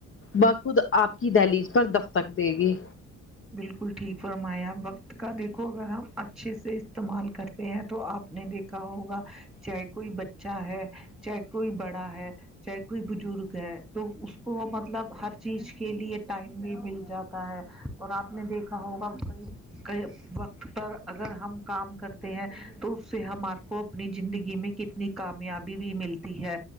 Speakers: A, on the left; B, in the centre.
A: بخود آپ کی دہلیج پر دستک دے گی
B: بلکل ٹھیک فرمایا وقت کا دیکھو اگر ہم اچھے سے استعمال کرتے ہیں تو آپ نے دی کھا ہوگا چاہے کوئی بچہ ہے چاہے کوئی بڑا ہے چاہے کوئی بزرگ ہے تو اس کو مطلب ہر چیز کے لیے ٹائم بھی مل جاتا ہے اور آپ نے دیکھا ہوگا کی وقت پر اگر ہم کام کر تے ہیں تو اس سے ہمارے کو اپنی زندگی میں کتنی کامیابی بھی ملتی ہے